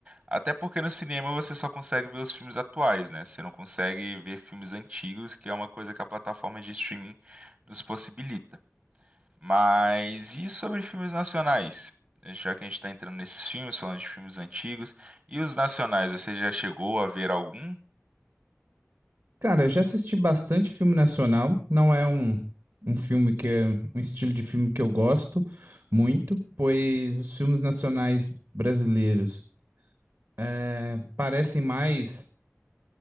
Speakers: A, on the right (about 40°); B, on the right (about 65°).
A: Até porque no cinema você só consegue ver os filmes atuais, né? Você não consegue ver filmes antigos, que é uma coisa que a plataforma de streaming nos possibilita. Mas e sobre filmes nacionais? Já que a gente está entrando nesses filmes, falando de filmes antigos, e os nacionais, você já chegou a ver algum?
B: Cara, eu já assisti bastante filme nacional. Não é um, um filme que é um estilo de filme que eu gosto muito, pois os filmes nacionais brasileiros eh, parecem mais